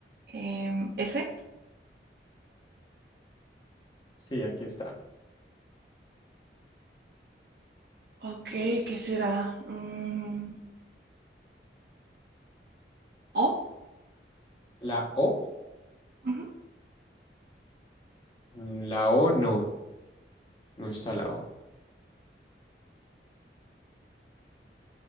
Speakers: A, on the right (about 60°); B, on the left (about 25°).
A: em, S.
B: Sí, aquí está.
A: Ok, ¿qué será? Mm, ¿O?
B: ¿La O?
A: Ujú.
B: Mm, La O no, no está la O.